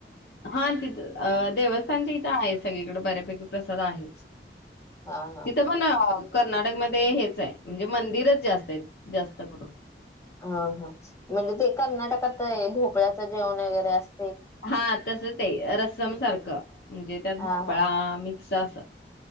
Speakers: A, on the left; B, on the left.
A: हा तिथं देवस्थानच्या इथं आहे सगळीकडे बऱ्यापैकी प्रसद आहेतच
B: हा हा
A: तिथं पण कर्नाटकमध्येध्ये हेच आहे म्हणजे मंदिरच जास्त आहे जास्त करून
B: हा हा म्हणजे ते कर्नाटकात आहे भोपळ्याचं जेवण वगैरे अस
A: हा तसच ते रसम सारखं म्हणजे त्यात
B: हा
A: भोपळा
B: हा
A: मिक्स जा स